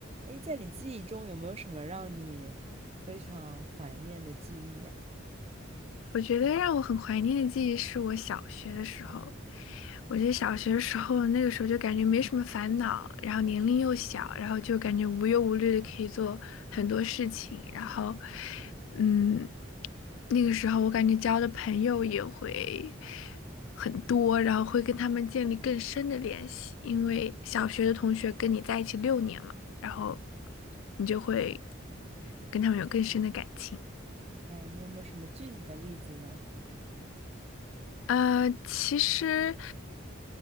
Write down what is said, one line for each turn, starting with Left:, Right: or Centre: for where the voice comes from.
Right: 哎，在你记忆中有没有什么让你非常怀念的记忆呀？
Left: 我觉得让我很怀念的记忆是我小学的时候。我觉得小学的时候，那个时候就感觉没什么烦恼，然后年龄又小，然后就感觉无忧无虑的可以做很多事情。然后，嗯，那个时候我感觉交的朋友也会很多，然后会跟他们建立更深的联系，因为小学的同学跟你在一起六年嘛，然后你就会跟他们有更深的感情。
Right: 哎，你有没有什么具体的例子呢？
Left: 呃，其实